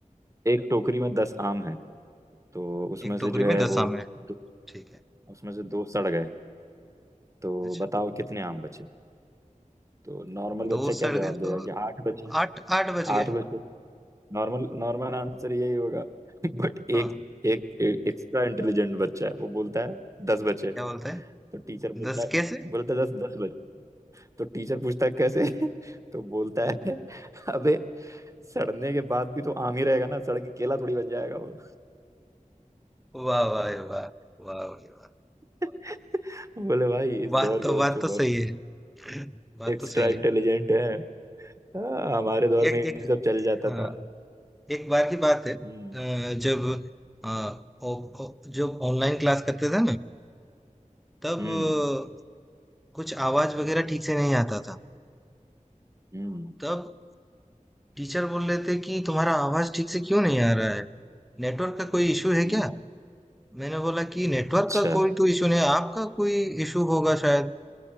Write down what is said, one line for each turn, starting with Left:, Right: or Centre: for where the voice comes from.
Right: एक टोकरी में दस आम हैं तो उसमें
Centre: एक
Right: से
Centre: टोकरी
Right: जो
Centre: में
Right: है
Centre: दस
Right: वो
Centre: आम है
Right: दो,
Centre: ठीक है
Right: उसमें से दो सड़ गए तो
Centre: अच्छा
Right: बताओ कितने आम बचे तो नॉर्मल बच्चा
Centre: दो
Right: क्या
Centre: सड़
Right: जवाब
Centre: गए
Right: देगा
Centre: तो
Right: कि आठ बचे
Centre: आठ आठ बच
Right: आठ
Centre: गए
Right: बचे नॉर्मल नॉर्मल आंसर यही होगा <laughs> बट एक
Centre: हाँ
Right: एक एक्स्ट्रा इंटेलिजेंट बच्चा है वो बोलता है दस बचे
Centre: क्या बोलता है
Right: तो टीचर बोलता
Centre: दस
Right: है
Centre: कैसे
Right: बोलता है दस दस बचे तो टीचर पूछता है कैसे <laughs> तो बोलता
Centre: हाँ,
Right: है अबे सड़ने के बाद भी तो आम ही रहेगा ना सड़ के केला थोड़ी बन जाएगा वो
Centre: वाह वाह वाह वाह वाह भाई वाह
Right: <laughs> बोले भाई इस
Centre: बात
Right: दौर के
Centre: तो बात
Right: बच्चे
Centre: तो
Right: बहुत
Centre: सही है <laughs> बात
Right: एक्स्ट्रा
Centre: तो सही है
Right: इंटेलिजेंट हैं हाँ, हमारे दौर
Centre: एक
Right: में ये
Centre: एक
Right: सब चल जाता
Centre: हाँ
Right: था
Centre: एक बार की बात है अ,
Right: हम्म
Centre: जब अ, ओ, ओ, जब ऑनलाइन क्लास करते थे ना तब
Right: हम्म
Centre: अ, कुछ आवाज वगैरह ठीक से नहीं आता था
Right: हम्म
Centre: तब टीचर बोल रहे थे कि तुम्हारा आवाज ठीक से क्यों नहीं आ रहा है नेटवर्क का कोई इशू है
Right: हम्म
Centre: क्या मैंने बोला कि नेटवर्क
Right: अच्छा
Centre: का कोई तो इशू नहीं है, आपका कोई इशू होगा शायद